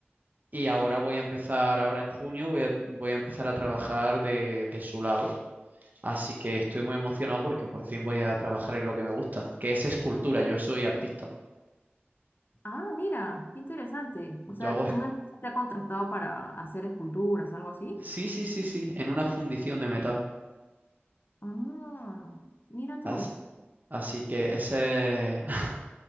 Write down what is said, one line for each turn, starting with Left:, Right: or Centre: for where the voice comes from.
Right: y ahora voy a empezar, ahora en junio voy a, voy a empezar a trabajar de, de su lado. Así que estoy muy emocionado porque por fin voy a trabajar en lo que me gusta, que es escultura. Yo soy artista.
Left: Ah, mira, qué interesante.
Right: Yo
Left: O sea,
Right: hago... escu-
Left: una empresa te ha contratado para hacer esculturas, algo así.
Right: Sí, sí, sí, sí, en una fundición de metal.
Left: Ah, mira tú.
Right: Así, así que ese... <laughs>